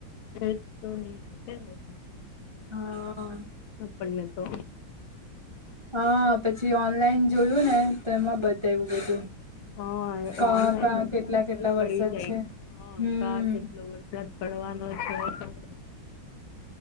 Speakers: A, on the left; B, on the right.
A: એજ તો નહી આપે ને.
B: હા.
A: આપણને તો.
B: હા પછી ઓનલાઈન જોયું ને તો એમાં બતાવ્યું બધું.
A: હા
B: કા
A: ઓ-ઓનલાઈન
B: કા
A: બધું
B: કેટલા
A: ખબર
B: કેટલા
A: પડી
B: વરસાદ
A: જાય.
B: છે હમ
A: હા કા કે એટલો વરસાદ પડવાનો છે.